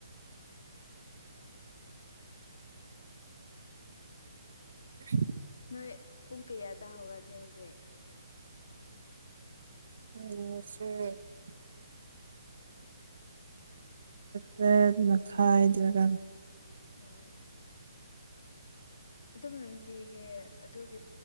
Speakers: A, on the right; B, on the left.
A: <inaudible>
B: ꯅꯣꯏ ꯄꯨꯡ ꯀꯌꯥꯗ ꯍꯧꯒꯠꯂꯦ ꯍꯨꯖꯤꯛ
A: <unintelligible> ꯇ꯭ꯔꯦꯠ ꯃꯈꯥꯏꯗꯔꯥ
B: ꯎꯝ ꯑꯗꯨꯝ ꯅꯨꯡꯇꯤꯒꯤ ꯑꯗꯨꯒꯤ